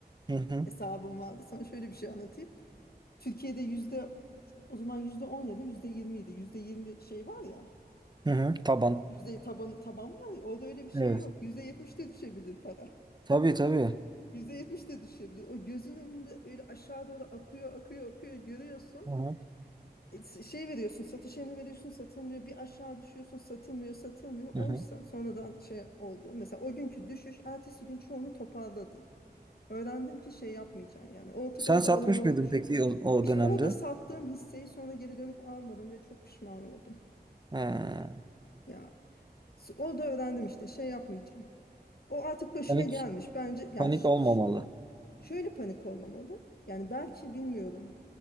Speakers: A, on the right; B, on the left.
A: Hı hı.
B: Hesabım vardı. Sana şöyle bir şey anlatayım. Türkiye'de yüzde o zaman yüzde 10 ya da yüzde 20 idi. Yüzde 20 şey var ya.
A: Hı hı. Taban.
B: Yüzde taban, taban var ya. Orada öyle bir şey
A: Evet.
B: yok. Yüzde 70'te düşebilir para.
A: Tabii tabii.
B: %70 de düşebilir. O gözünün önünde öyle aşağı doğru akıyor, akıyor, akıyor görüyorsun.
A: Hı hı.
B: E, s- Şey veriyorsun, satış emri veriyorsun, satılmıyor. Bir aşağı düşüyorsun, satılmıyor, satılmıyor.
A: Hı
B: Oysa
A: hı.
B: sonradan şey oldu. Mesela o günkü düşüş, ertesi gün çoğunu toparladı. Öğrendim ki şey yapmayacaksın yani. Artık
A: Sen
B: orada
A: satmış
B: olan olmuş.
A: mıydın peki o, o
B: İşte
A: dönemde?
B: orada sattığım hisseyi sonra geri dönüp almadım ve çok pişman oldum.
A: Ha.
B: Ya s- orada öğrendim işte şey yapmayacağım. O artık başına
A: Panik
B: gelmiş. Bence yani
A: panik
B: şimdi
A: olmamalı.
B: Şöyle panik olmamalı. Yani belki bilmiyorum.